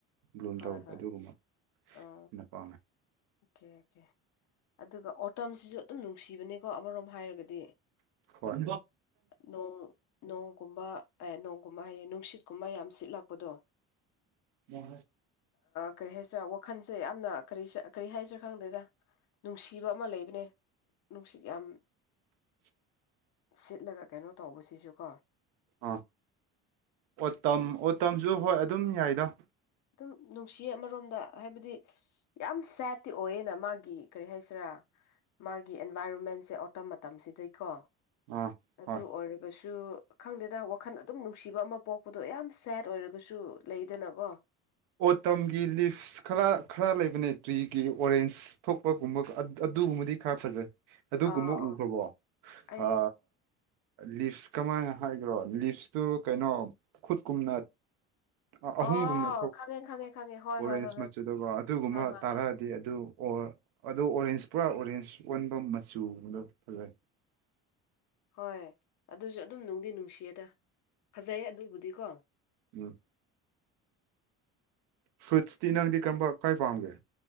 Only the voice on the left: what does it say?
ꯍꯣꯏ
ꯍꯣꯏ
ꯑꯥ
ꯑꯣꯀꯦ ꯑꯣꯀꯦ ꯑꯗꯨꯒ ꯑꯣꯇꯝꯁꯤꯁꯨ ꯑꯗꯨꯝ ꯅꯨꯡꯁꯤꯕꯅꯦꯀꯣ ꯑꯃꯔꯣꯝ ꯍꯥꯏꯔꯒꯗꯤ
ꯅꯣꯡ ꯅꯣꯡꯒꯨꯝꯕ ꯅꯣꯡꯒꯨꯝꯕ ꯍꯥꯏꯌꯦ ꯅꯨꯡꯁꯤꯠꯀꯨꯝꯕ ꯌꯥꯝ ꯁꯤꯠꯂꯛꯄꯗꯣ
ꯀꯔꯤ ꯍꯥꯏꯁꯤꯔꯥ ꯋꯥꯈꯜꯁꯦ ꯌꯥꯝꯅ ꯀꯔꯤ ꯀꯔꯤ ꯍꯥꯏꯁꯤꯔ ꯈꯪꯗꯦꯗ ꯅꯨꯡꯁꯤꯕ ꯑꯃ ꯂꯩꯕꯅꯦ ꯅꯨꯡꯁꯤꯠ ꯌꯥꯝ
ꯁꯤꯠꯂꯒ ꯀꯩꯅꯣ ꯇꯧꯕꯁꯤꯁꯨ ꯀꯣ
ꯑꯗꯨꯝ ꯅꯨꯡꯁꯤ ꯑꯃꯔꯣꯝꯗ ꯍꯥꯏꯕꯗꯤ ꯌꯥꯝ ꯁꯦꯠꯇꯇꯤ ꯑꯣꯏꯌꯦꯅ ꯃꯥꯒꯤ ꯀꯔꯤ ꯍꯥꯏꯁꯤꯔꯥ ꯃꯥꯒꯤ ꯑꯦꯟꯚꯥꯏꯔꯣꯟꯃꯦꯟꯁꯦ ꯑꯣꯠꯇ ꯃꯇꯝꯁꯤꯗꯩꯀꯣ
ꯑꯗꯨ
ꯑꯣꯏꯔꯒꯁꯨ ꯁꯨ ꯈꯪꯗꯦꯗ ꯋꯥꯈꯜ ꯑꯗꯨꯝ ꯅꯨꯡꯁꯤꯕ ꯑꯃ ꯄꯣꯛꯄꯗꯣ ꯌꯥꯝ ꯁꯦꯠ ꯑꯣꯏꯔꯒꯁꯨ ꯂꯩꯗꯅꯀꯣ
ꯑꯥ ꯑꯥ
ꯑꯩ
ꯑꯣ ꯈꯪꯉꯦ ꯈꯪꯉꯦ ꯈꯪꯉꯦ ꯍꯣꯏ
ꯍꯣꯏ ꯍꯣꯏ ꯍꯣꯏ
ꯑꯥ ꯑꯥ
ꯑꯥ
ꯍꯣꯏ ꯑꯗꯨꯁꯨ ꯑꯗꯨꯝ ꯅꯨꯡꯗꯤ ꯅꯨꯡꯁꯤꯌꯦꯗ ꯐꯖꯩꯌꯦ ꯑꯗꯨꯕꯨꯗꯤꯀꯣ